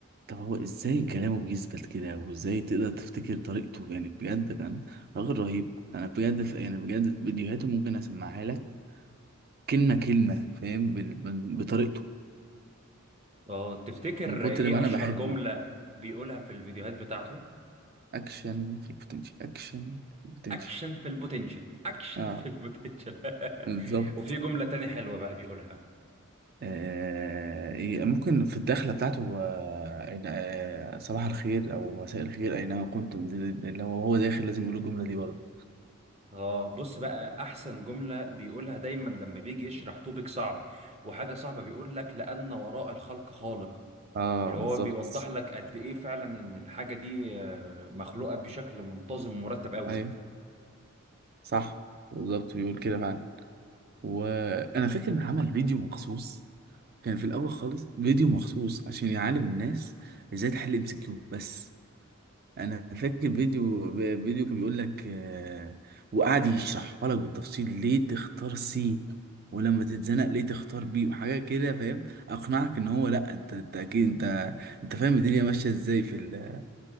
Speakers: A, on the right; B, on the right.
A: طب هو ازاي كلامه بيثبت كده وازاي تقدر تفتكر طريقته يعني بجد كان راجل رهيب انا بجد ف... يعني بجد فيديوهاته ممكن اسمعها لك كلمة كلمة فاهم بال... بال- بطريقته
B: اه تفتكر
A: من كتر
B: ايه
A: ما انا
B: اشهر
A: بحبه
B: جملة بيقولها في الفيديوهات بتاعته
A: اكشن في البوتنشال اكشن في البوتنشال
B: اكشن في البوتنشال اكشن
A: اه
B: في البوتنشال <laughs>
A: بالظبط
B: وفي جملة تاني حلوة بقى بيقولها
A: آه، ي- ممكن في الدخلة بتاعته آه، أين- آه، صباح الخير أو مساء الخير أينما كنتم دي- دي- اللي هو هو داخل لازم يقول الجملة دي برضه
B: اه بص بقى احسن جملة بيقولها دايما لما بيجي يشرح توبيك صعب وحاجة صعبة بيقول لك لأن وراء الخلق خالق
A: اه
B: اللي هو
A: بالظبط
B: بيوضح لك قد ايه فعلا ان الحاجة دي آه، مخلوقة بشكل منتظم ومرتب قوي
A: أيوه صح بالظبط بيقول كده فعلا وأنا فاكر إن عمل فيديو مخصوص كان في الأول خالص فيديو مخصوص عشان يعلم الناس إزاي تحل ام سي كيو بس انا فاكر فيديو فيديو كان بيقول لك آه، وقعد يشرحها لك بالتفصيل ليه تختار سي ولما تتزنق ليه تختار بي وحاجات كده فاهم اقنعك ان هو لا انت انت اكيد انت انت فاهم الدنيا ماشيه ازاي في ال